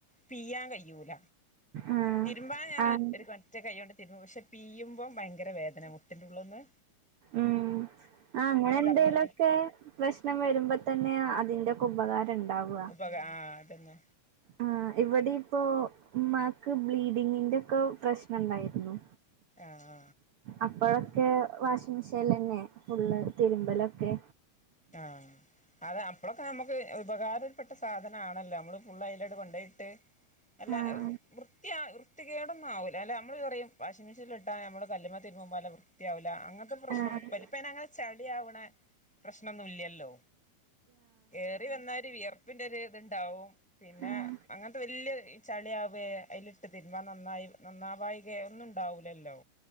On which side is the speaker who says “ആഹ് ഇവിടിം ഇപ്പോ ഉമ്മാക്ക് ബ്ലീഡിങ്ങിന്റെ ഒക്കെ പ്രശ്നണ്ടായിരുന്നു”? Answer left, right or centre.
Right